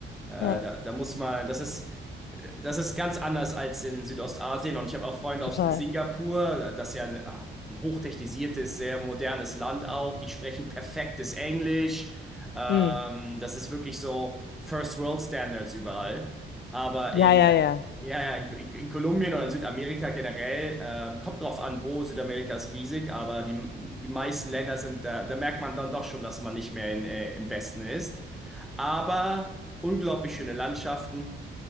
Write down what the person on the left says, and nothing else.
ja,
total.
Mm.
Ja,
ja,
ja.